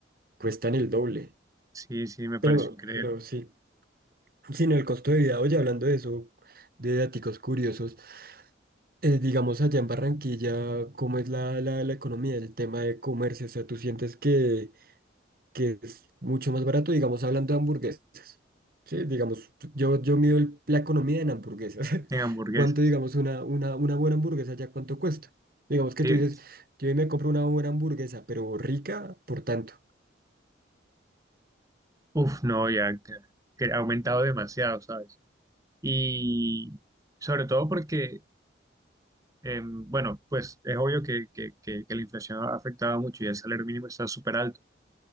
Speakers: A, on the right; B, on the right.
A: cuestan el doble.
B: Sí, sí, me pareció
A: Pero,
B: increíble.
A: pero sí, sino el costo de vida, oye, hablando de eso, de daticos curiosos. eh, digamos, allá en Barranquilla, ¿cómo es la, la, la economía, el tema de comercio? O sea, ¿tú sientes que, que es mucho más barato, digamos, hablando de hamburguesas? Sí, digamos, tú- yo, yo mido el- la economía en hamburguesas.
B: En
A: <laughs>
B: hamburguesas.
A: ¿Cuánto, digamos, una, una, una buena hamburguesa ya cuánto cuesta? Digamos que
B: Eh,
A: tú dices, yo hoy me compro una buena hamburguesa, pero rica, por tanto.
B: Uf, no, ya que, que ha aumentado demasiado, ¿sabes? Y sobre todo porque Eh, bueno, pues es obvio que, que, que- que la inflación ha afectado mucho y el salario mínimo está súper alto.